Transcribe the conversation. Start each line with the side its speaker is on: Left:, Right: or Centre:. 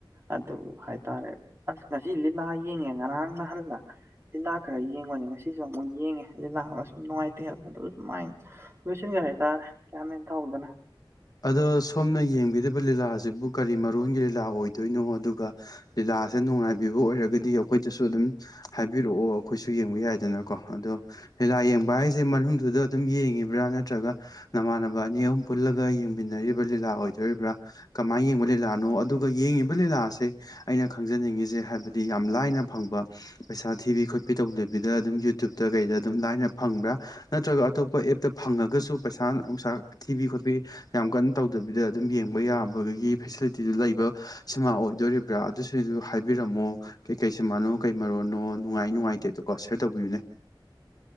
Right: ꯑꯗꯨ ꯍꯥꯏꯇꯥꯔꯦ ꯑꯁ ꯉꯁꯤ ꯂꯤꯂꯥ ꯌꯦꯡꯉꯦ ꯉꯔꯥꯡ ꯅꯍꯜꯂ ꯂꯤꯤꯜꯂꯥ ꯈꯔ ꯌꯦꯡꯕꯅꯤ ꯉꯁꯤꯁꯨ ꯑꯃꯨꯛ ꯌꯦꯡꯉꯦ ꯑ ꯂꯥꯛꯑꯒ ꯁꯨꯝ ꯅꯨꯡꯉꯥꯏꯇꯦ ꯍꯥꯏꯕ ꯑꯗꯨ ꯁꯨꯝ ꯃꯥꯏꯟ ꯂꯣꯏꯁꯤꯟꯒꯦ ꯍꯥꯏꯇꯥꯔꯦ ꯀ ꯍꯅ ꯇꯧꯗꯅ
Left: ꯑꯗꯣ ꯁꯣꯝꯅ ꯌꯦꯡꯕꯤꯔꯤꯕ ꯂꯤꯂꯥ ꯑꯁꯤꯕꯨ ꯀꯔꯤ ꯃꯔꯣꯟꯒꯤ ꯂꯤꯂꯥ ꯑꯣꯏꯗꯣꯏꯅꯣ ꯑꯗꯨꯒ ꯂꯤꯂꯥ ꯀꯥꯁꯦ ꯅꯨꯡꯉꯥꯏꯕꯤꯕ ꯑꯣꯏꯔꯒꯗꯤ ꯑꯩꯈꯣꯏꯗꯁꯨ ꯑꯗꯨꯝ ꯍꯥꯏꯕꯤꯔꯛꯑꯣ ꯑꯩꯈꯣꯏꯁꯨ ꯌꯦꯡꯕ ꯌꯥꯏꯗꯅꯀꯣ ꯑꯗꯣ ꯂꯤꯂꯥ ꯌꯦꯡꯕ ꯍꯥꯏꯁꯦ ꯃꯅꯨꯡꯗꯨꯗ ꯑꯗꯨꯝ ꯌꯦꯡꯉꯤꯕ꯭ꯔꯥ ꯅꯠꯇ꯭ꯔꯒ ꯅꯃꯥꯟꯅꯕ ꯑꯅꯤ ꯑꯍꯨꯝ ꯄꯨꯜꯂꯒ ꯌꯦꯡꯃꯤꯟꯅꯔꯤꯕ ꯂꯤꯂꯥ ꯑꯣꯏꯗꯣꯔꯤꯕ꯭ꯔꯥ ꯀꯃꯥꯏꯅ ꯌꯦꯡꯕ ꯂꯤꯂꯥꯅꯣ ꯑꯗꯨꯒ ꯌꯦꯡꯉꯤꯕ ꯂꯤꯂꯥ ꯑꯥꯁꯦ ꯑꯩꯅ ꯈꯪꯖꯅꯤꯡꯉꯤꯁꯦ ꯍꯥꯏꯕꯗꯤ ꯌꯥꯝ ꯂꯥꯏꯅ ꯐꯪꯕ ꯄꯩꯁꯥ ꯊꯤꯕꯤ ꯈꯣꯠꯄꯤ ꯇꯧꯗꯕꯤꯗ ꯑꯗꯨꯝ ꯌꯨꯇꯌꯨꯕꯇ ꯀꯩꯗ ꯑꯗꯨꯝ ꯂꯥꯏꯅ ꯐꯪꯕ꯭ꯔꯥ ꯅꯠꯇ꯭ꯔꯒ ꯑꯇꯣꯞꯄ ꯑꯦꯞꯇ ꯐꯪꯉꯒꯁꯨ ꯄꯩꯁꯥ ꯅꯨꯡꯁꯥ ꯊꯤꯕꯤ ꯈꯣꯠꯄꯤ ꯌꯥꯝ ꯀꯟꯅ ꯇꯧꯗꯕꯤꯗ ꯑꯗꯨꯝ ꯌꯦꯡꯕ ꯌꯥꯕꯒꯤ ꯐꯦꯁꯤꯂꯤꯇꯤꯗꯨ ꯂꯩꯕ ꯁꯤꯃ ꯑꯣꯏꯗꯣꯔꯤꯕ꯭ꯔꯥ ꯑꯗꯨ ꯁꯤꯁꯨ ꯍꯥꯏꯕꯤꯔꯝꯃꯣ ꯀꯩꯀꯩ ꯁꯤꯃꯥꯟꯅꯣ ꯀꯩ ꯃꯔꯣꯟꯅꯣ ꯅꯨꯡꯉꯥꯏ ꯅꯨꯡꯉꯥꯏꯇꯦ ꯑꯗꯨꯗ ꯀꯣ ꯁꯤꯌꯔ ꯇꯧꯕꯤꯌꯨꯅꯦ